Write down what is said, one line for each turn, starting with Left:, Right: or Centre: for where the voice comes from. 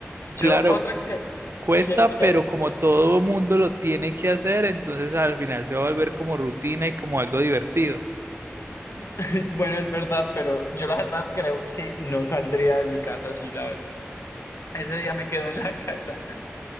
Left: Yo,
Right: Claro,
Left: otra que,
Right: cuesta,
Left: que, que,
Right: pero como todo mundo lo tiene que hacer, entonces al final se va a volver como rutina y como algo divertido.
Left: <laughs> bueno, es verdad, pero yo la verdad creo que no saldría de mi casa así, la verdad. Ese día me quedo en la <laughs> casa.